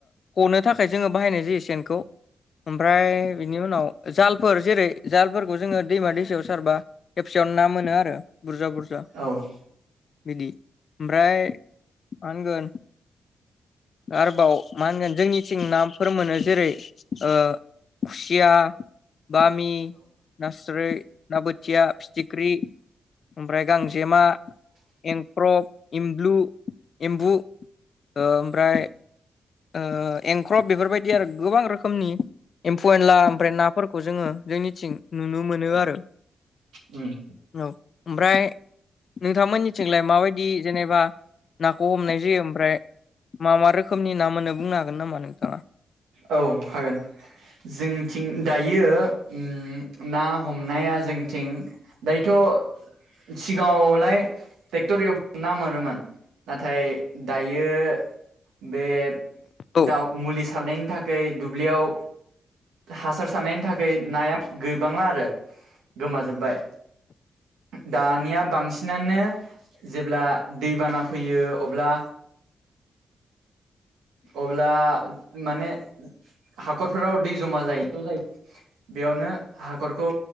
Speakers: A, on the left (about 65°); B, on the right (about 85°).
A: गनो थाखाय जोङो बाहायनाय जायो सेनखौ। ओमफ्राय बिनि उनाव जालफोर जेरै जालफोरखौ जोङो दैमा दैसायाव सारबा खेबसेयावन ना मोनो आरो बुरजा-बुरजा।
B: औ।
A: बिदि ओमफ्राय मा होनगोन आरोबाव मा होनगोन जोंनिथिं नाफोर मोनो जेरै ओ खुसिया, बामि, नास्रै, ना बोथिया। थिख्रि ओमफ्राय गांजेमा एंख्रब एमब्लु एम्बु ओ-ओमफ्राय ओ एंख्रब बेफोरबायदि आरो गोबां रोखोमनि एम्फौ एनला ओमफ्राय ना फोरखौ जोङो जोंनिथिं नुनो मोनो आरो
B: उम
A: औ ओमफ्राय नोंथांमोननिथिंलाय माबायदि जेनेबा नाखौ हमनाय जायो ओमफ्राय मा मा रोखोमनि ना मोनो बुंनो हागोन नामा नोंथाङा?
B: औ हागोन। जोंथिं दायो उम ना हमनाया जोंथिं दायोथ' सिगाङावलाय टेक्टर एव ना मोनोमोन नाथाय दायो बे
A: औ
B: दाउ मुलि सा सारनायनि थाखै दुब्लियाव हासार सारनायनि थाखाय नाया गैबांला आरो गोमाजोब्बाय। दानिया बांसिनानो जेब्ला दैबाना फैयो अब्ला अब्ला माने हाखरफोराव दै जमा जायो <unintelligible> जायो। बेयावनो हाखरखौ